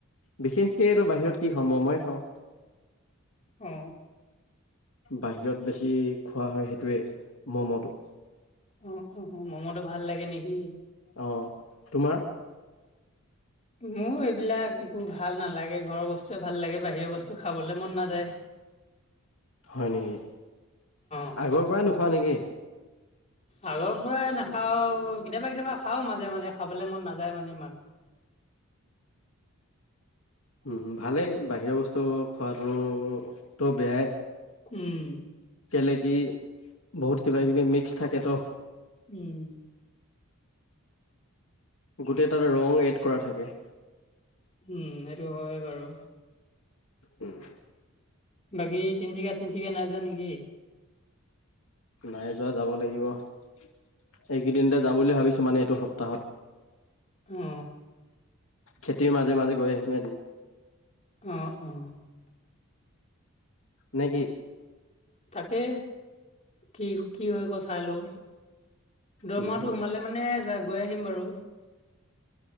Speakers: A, on the left (about 65°); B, on the left (about 30°).
A: বিশেষকে ত বাহিৰত, কি খাম মম য়ে খাওঁ,
B: অ,
A: বাহিৰত বেছি খোৱা হয় সেইটোৱে মমটো,
B: অ অ অ মমটো ভাল লাগে নেকি?
A: অ তোমাৰ,
B: মোৰ এইবিলাক একো ভাল নালাগে ঘৰৰ বস্তুয়ে ভাল লাগে বাহিৰৰ বস্তু খাবলৈ মন নাযায়।
A: হয় নেকি
B: অ
A: আগৰ পৰা নোখোৱা নেকি?
B: আগৰ পৰাই নাখাও কেতিয়াবা কেতিয়াবা খাও মাজে মাজে খাবলৈ মন নাযায় মানে ইমান,
A: উ ভালেই বাহিৰৰ বস্তু খোৱাতো বেয়াই,
B: উম
A: কেলে কি বহুত কিবা কিবি মিক্স থাকেতো,
B: উম,
A: গোটেই তাত ৰং এড কৰা থাকে।
B: উম, সেইটো হয় বাৰু।
A: উম,
B: বাকী তিনিচুকীয়া-চিনচুকীয়া নাই যোৱা নেকি?
A: নাই যোৱা যাব লাগিব এইকেইদিনতে যাম বুলি ভাবিছো মানে এইটো সপ্তাহত,
B: অ
A: খেতিৰ মাজে মাজে গৈ আহিম এদিন,
B: অ অ,
A: নেকি?
B: তাকে কি - কি হয় ক চাই লও। দৰমহাটো
A: উম উম
B: সোমালে মানে যাই গৈ আহিম বাৰু।